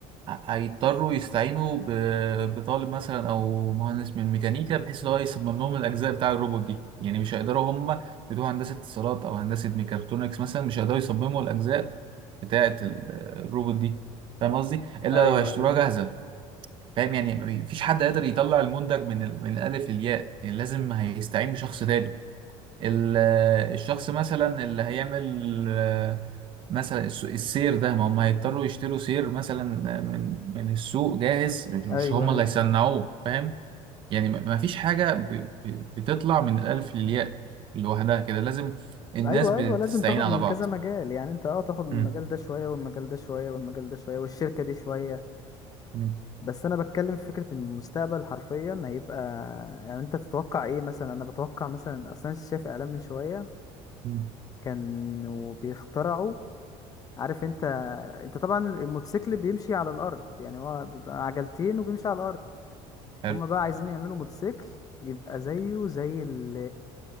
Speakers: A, on the right (about 40°); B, on the left (about 30°).
A: ه- هيضطروا يستعينوا ب- بطالب مثلا او مهندس من ميكانيكا بحيث ان هو يصمم لهم الاجزاء بتاع الروبوت دي يعني مش هيقدروا هم بتوع هندسه اتصالات او هندسه ميكاترونكس مثلا مش هيقدروا يصمموا الاجزاء بتاعه ال- الروبوت دي فاهم قصدي الا
B: ايوه
A: لو هيشتروها
B: ايوه
A: جاهزه فاهم يعني مفيش حد قادر يطلع المنتج من ال- من الالف للياء يعني لازم هيستعين بشخص تاني ال- الشخص مثلا اللي هيعمل آه، مثلا الس- السير ده ما هم هيضطروا يشتروا سير مثلا من من السوق جاهز مش
B: ايوه
A: هم
B: ايوه
A: اللي هيصنعوه فاهم يعني ما ما فيش حاجة ب- ب- بتطلع من الألف للياء لوحدها كده لازم الناس
B: ايوه
A: بتستعين
B: ايوه لازم تاخد
A: على
B: من
A: بعض
B: كذا مجال يعني انت اه تاخد من
A: مم.
B: المجال ده شويه والمجال ده شويه والمجال ده شويه والشركه دي شويه
A: مم.
B: بس انا بتكلم في فكره ان المستقبل حرفيا هيبقى يعني انت تتوقع ايه مثلا انا بتوقع مثلا اصلا شايف اعلان من شويه
A: مم.
B: كانوا بيخترعوا عارف انت انت طبعا الموتوسيكل بيمشي على الارض يعني هو بيبقى عجلتين وبيمشي على الارض
A: حلو
B: هما بقى عايزين يعملوا موتوسيكل يبقى زيه زي ال